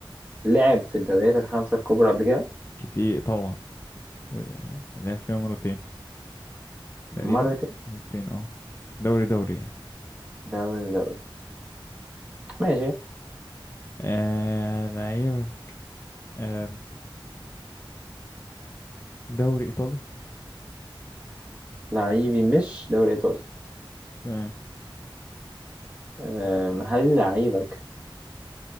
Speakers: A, on the right (about 15°); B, on the left (about 30°).
A: لعب في الدوريات الخمسة الكبرى قبل كده
B: كتير طبعا و- لعب فيها مرتين تقريبا
A: مرتين
B: مرتين اه دوري دوري يعني
A: دوري دوري ماشي
B: آه لعيبك آه دوري ايطالي
A: لعيبي مش دوري إيطالي
B: تمام
A: أم، هل لعيبك